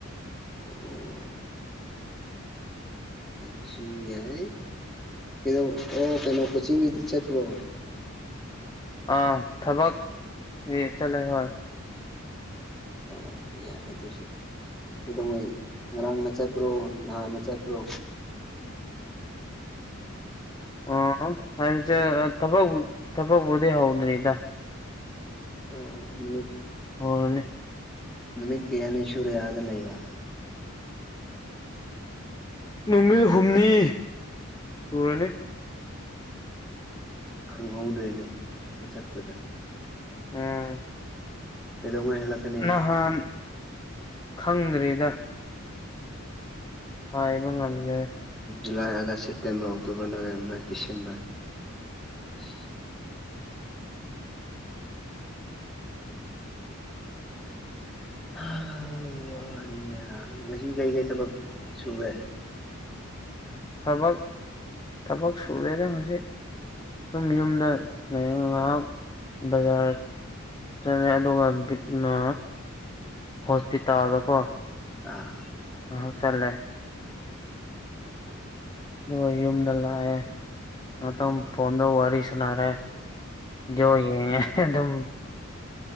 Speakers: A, in the centre; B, on the left (about 20°).
A: ꯑꯣ ꯑꯁꯤ ꯌꯥꯢ ꯀꯩꯗꯧ ꯑꯣ ꯀꯩꯅꯣ ꯆꯤꯡꯒꯤꯗ ꯆꯠꯄ꯭ꯔꯣ
B: ꯑꯥ ꯊꯕꯛꯀꯤ ꯆꯠꯂꯦ ꯍꯣꯏ
A: ꯑꯣ ꯌꯥꯏ ꯑꯗꯨꯁꯨ ꯀꯩꯗꯧꯉꯩ ꯉꯔꯥꯡꯅ ꯆꯠꯄ꯭ꯔꯣ ꯅꯍꯥꯟꯅ ꯆꯠꯄ꯭ꯔꯣ
B: ꯑꯥ ꯍꯥꯢꯁꯦ ꯊꯕꯛ ꯊꯕꯛꯕꯨꯗꯤ ꯍꯥꯎꯗ꯭ꯔꯤꯗ
A: ꯑꯣ ꯃꯤ
B: ꯍꯧꯔꯅꯤ
A: ꯅꯨꯃꯤꯠ ꯀꯌꯥꯅꯤ ꯁꯨꯔꯦ ꯑꯗ ꯂꯩꯕ
B: ꯅꯨꯃꯤꯠ ꯍꯨꯝꯅꯤ ꯁꯨꯔꯅꯤ
A: ꯈꯪꯍꯧꯗꯦꯅꯦ ꯏ ꯆꯠꯄꯗ
B: ꯎꯝ
A: ꯀꯩꯗꯧꯉꯩ ꯍꯜꯂꯛꯀꯅꯤ
B: ꯅꯍꯥꯟ ꯈꯪꯗ꯭ꯔꯤꯗ ꯍꯥꯏꯕ ꯉꯝꯗꯦ
A: July August September October November December ꯑꯁ ꯍ ꯋꯥ ꯍꯩ ꯌꯥ ꯉꯁꯤ ꯀꯩ ꯀꯩ ꯊꯕꯛ ꯁꯨꯋꯦ
B: ꯊꯕꯛ ꯊꯕꯛ ꯁꯨꯔꯦꯗ ꯉꯁꯤ ꯑꯗꯨꯝ ꯌꯨꯝꯗ ꯂꯥꯏꯌꯦꯡꯕ ꯉꯥꯏꯍꯥꯛ ꯕꯖꯥꯔ ꯆꯠꯂꯦ ꯑꯗꯨꯒ ꯕꯤꯠꯅ ꯍꯣꯁꯄꯤꯇꯥꯜꯗꯀꯣ
A: ꯑꯥ
B: ꯑ ꯆꯠꯂꯦ ꯅꯣꯢ ꯌꯨꯝꯗ ꯂꯥꯛꯑꯦ ꯉꯇꯪ
A: ꯑꯥ
B: ꯐꯣꯟꯗ ꯋꯥꯔꯤ ꯁꯥꯟꯅꯔꯦ ꯚꯤꯗꯤꯌꯣ ꯌꯦꯡꯉꯦ ꯑꯗꯨꯝ